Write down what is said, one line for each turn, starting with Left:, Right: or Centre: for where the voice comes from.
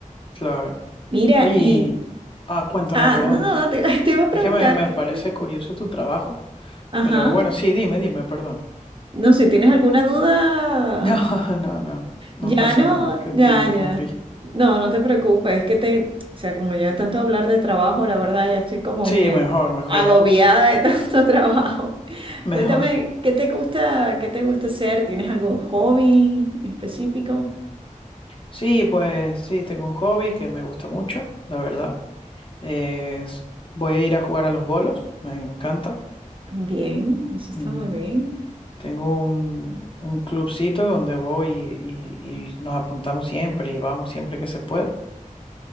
Left: Claro.
Right: Mira,
Left: Oye, y-
Right: y...
Left: ah, cuéntame,
Right: Ah,
Left: perdón.
Right: no, no, no, te, <laughs> te iba a
Left: Es
Right: preguntar
Left: que me, me
Right: que...
Left: parece curioso tu trabajo.
Right: Ajá.
Left: Pero bueno, sí, dime, dime, perdón.
Right: No sé, ¿tienes alguna duda?
Left: <laughs> No, no, no. No
Right: Ya
Left: pasa
Right: no,
Left: nada, que
Right: ya,
Left: te interrumpí.
Right: ya. No, no te preocupes, es que te, o sea, como ya tanto hablar de trabajo, la verdad ya estoy como
Left: Sí,
Right: que
Left: mejor, mejor,
Right: agobiada de <laughs> tanto trabajo.
Left: mejor.
Right: Cuéntame, ¿qué te gusta, qué te gusta hacer? ¿Tienes algún hobby específico?
Left: Sí, pues sí, tengo un hobby que me gusta mucho, la verdad. Eh, s- voy a ir a jugar a los bolos, me encanta.
Right: Bien, eso está
Left: Ujú.
Right: muy bien.
Left: Tengo un, un clubcito donde voy y, y- y nos apuntamos siempre y vamos siempre que se puede.